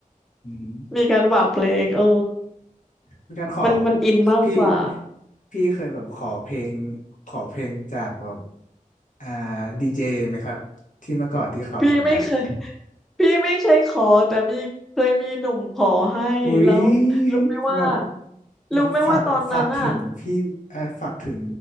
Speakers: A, on the left (about 60°); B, in the centre.
A: อืมอืม
B: มีการฝากเพลงเออ
A: เป็นการขอ
B: มันมันอินมากกว่า
A: พี่พี่เคยแบบขอเพลงขอเพลงจากแบบอ่าดีเจไหมครับที่เมื่อก่อนที่เขาทำกัน
B: พี่ไม่เคย <laughs> พี่ไม่เคยขอแต่มีเคยมีหนุ่มขอให้แล้วรู้ไหมว่า
A: อุ๊ยแบบแบบฝากฝากถึงพี่เออฝากถึง
B: รู้ไหมว่าตอนนั้นอ่ะ